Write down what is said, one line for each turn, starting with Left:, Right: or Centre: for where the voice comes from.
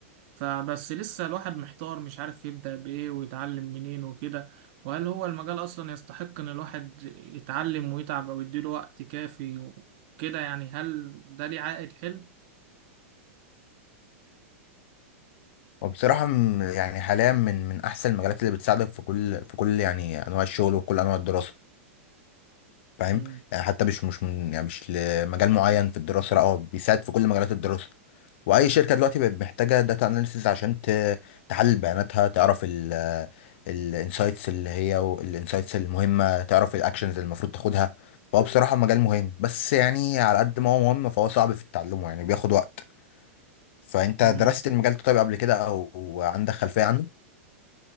Right: فبس لسه الواحد محتار مش عارف يبدأ بايه ويتعلم منين وكده وهل هو المجال اصلا يستحق ان الواحد يتعلم ويتعب او يديله وقت كافي وكده يعني هل ده ليه عائد حلو؟
Left: وبصراحه م- يعني حاليا من من احسن المجالات اللي بتساعدك في كل في كل يعني انواع الشغل وكل انواع الدراسه فاهم
Right: مم.
Left: يعني حتى مش مش من يعني مش لمجال معين في الدراسه لا هو بيساعد في كل مجالات الدراسه واي شركه دلوقتي بقت محتاجه داتا اناليسيز عشان ت- تحلل بياناتها تعرف ال الانسايتس اللي هي الانسايتس المهمه تعرف الاكشنز اللي المفروض تاخدها فهو بصراحه مجال مهم بس يعني على قد ما هو مهم فهو صعب في تعلمه يعني بياخد وقت فانت
Right: مم.
Left: درست المجال ده طيب قبل كده او عندك خلفيه عنه